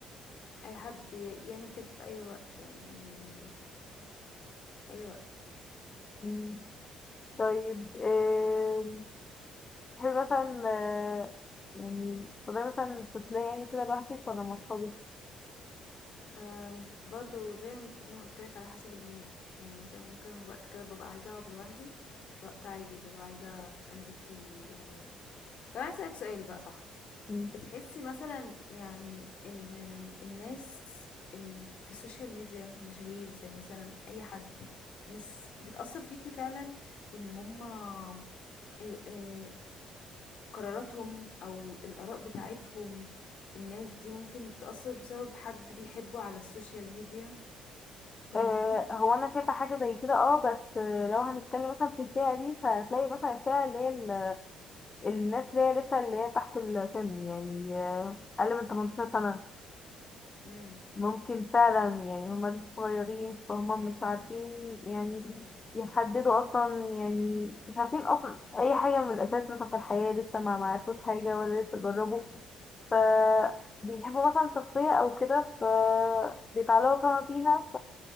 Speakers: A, on the left; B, on the left.
A: اي حد ي- يعمل كده في اي وقت يعني اي اي
B: مم، طيب آه تحبي مثلا آه، يعني تفضلي مثلا تفصلي يعني كده لوحدك ولا مع صحابك
A: أم، برضو زي زي ما قلت لك على حسب المود يعني مثلا ممكن وقت كده ببقى عايزه اقعد لوحدي وقت عادي ببقى عايزه انزل فيه يعني طب انا اسالك سؤال بقى صح
B: مم.
A: بتحسي مثلا يعني ان ال... الناس ال... في السوشيال ميديا المشاهير زي مثلا اي حد ناس بتأثر فيكي فعلا وان هما إيه إيه قراراتهم او الآراء بتاعتهم الناس دي ممكن تأثر بسبب حد بيحبه على السوشيال ميديا فاهماني
B: آه، هو انا شايفه حاجه زي كده اه بس آه، لو هنتكلم مثلا في الفئه دي فهتلاقي مثلا الفئه اللي هي ال- الناس اللي هي لسه اللي هي تحت السن يعني آه، اقل من 18 سنه
A: امم
B: ممكن فعلا يعني هما لسه صغيرين فهما مش عارفين يعني يحددوا اصلا يعني مش عارفين اصلا اي حاجه من الاساس مثلا في الحياه لسه ما معرفوش حاجه ولا لسه جربوا ف بيحبوا مثلا شخصيه او كده ف بيتعلقوا طبعا بيها